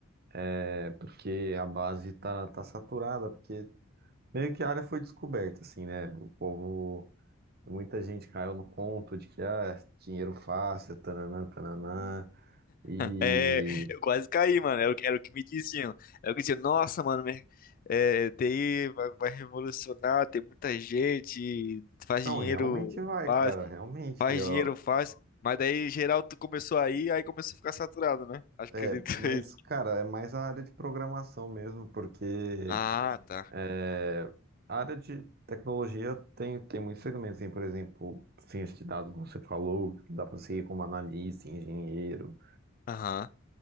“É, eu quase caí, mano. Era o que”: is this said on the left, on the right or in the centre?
Left